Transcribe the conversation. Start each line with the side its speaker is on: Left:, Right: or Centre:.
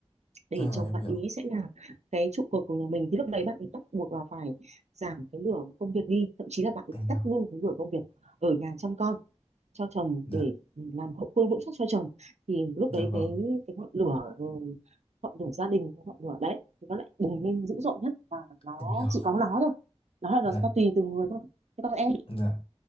Right: để
Left: à
Right: chồng
Left: em
Right: bạn
Left: hiểu,
Right: ý sẽ là cái trụ cột của nhà mình thì lúc đấy bạn ấy bắt buộc là phải giảm cái lửa công việc đi thậm chí là bạn ấy
Left: em hiểu,
Right: tắt luôn cái lửa công việc ở nhà chăm con cho chồng
Left: dạ,
Right: để làm hậu phương vững chắc cho chồng thì lúc
Left: dạ
Right: đấy
Left: vâng,
Right: cái cái ngọn lửa ừ, ngọn lửa gia đình cái ngọn lửa đấy thì nó lại bùng lên dữ dội nhất và nó
Left: em hiểu,
Right: chỉ có nó thôi nó là nó,
Left: dạ.
Right: nó tùy từ người thôi thế còn em
Left: Dạ,